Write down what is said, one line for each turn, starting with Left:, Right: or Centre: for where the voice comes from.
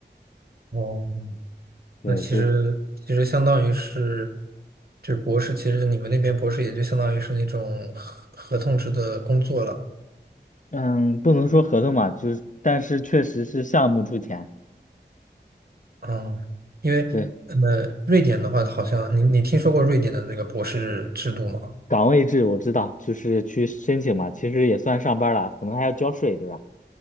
Right: 哦 <laughs>，
Left: 对，
Right: 那其实其实相当于是，
Left: 就
Right: 就是博士，其实你们那边博士也就相当于是那种合合同制的工作了。
Left: 嗯，不能说合同嘛，就是但是确实是项目出钱。
Right: 嗯，因为呃，
Left: 对，
Right: 瑞典的话，好像你你听说过瑞典的那个博士制度吗？
Left: 岗位制我知道，就是去申请嘛，其实也算上班了，可能还要交税，对吧？